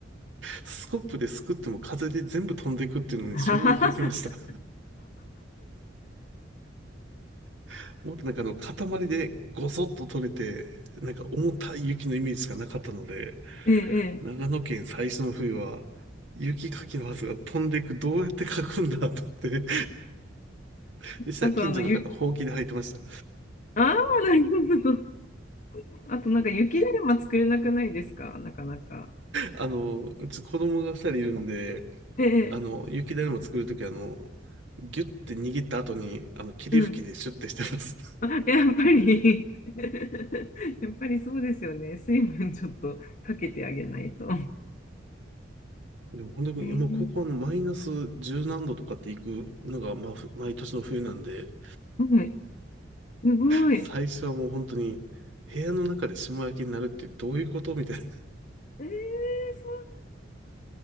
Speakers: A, on the right; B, on the left.
A: スコップですくっても風で全部飛んでいくっていうのに衝撃を受けました。
B: <laughs>
A: <laughs> もっとなんかあの、塊でごそっと取れて、なんか重たい雪のイメージしかなかったので、
B: ええ、ええ。
A: 長野県最初の冬は、雪かきのはずが飛んでいく、どうやってかくんだと思って、<laughs> でしたら近所の方、
B: あと、あの、ゆ、
A: ほうきで履いてました。
B: ああ、なるほど。あと、なんか、雪だるま作れなくないですかなかなか。
A: あの、うち子供が二人いるんで、
B: ええ、
A: あの、雪だるま作るときあの、ギュッて握った後に、あの、霧吹きでシュッてしてます。
B: うん。あやっぱり <laughs> やっぱりそうですよね。水分ちょっとかけてあげないと。
A: でも、本当に、
B: <laughs> ええ
A: まあ、高校のマイナス十何度とかって行くのが、まあ、ふ毎年の冬なんで、
B: はい、すごい。
A: 最初はもう本当に、
B: え
A: 部屋の中で霜焼きになるってどういうことみたいな。
B: ーそうなんですね。